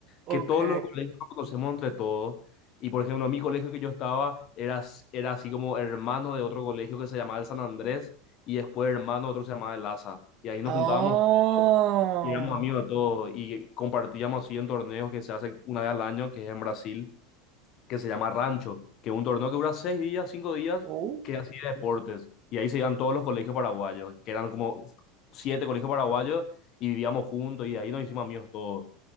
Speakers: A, on the right; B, on the left.
A: Ok.
B: que todos los colegios nos conocemos entre todos. Y por ejemplo, mi colegio que yo estaba era, as- era así como hermano de otro colegio que se llamaba el San Andrés y después hermano de otro que se llamaba el Asa. Y ahí nos
A: Oh.
B: juntábamos Y éramos amigos de todo y compartíamos así en torneos que se hacen una vez al año, que es en Brasil, que se llama Rancho, que es un torneo que dura seis días, cinco días,
A: Oh.
B: que es así de deportes. Y ahí se iban todos los colegios paraguayos, que eran como siete colegios paraguayos, y vivíamos juntos y ahí nos hicimos amigos todos.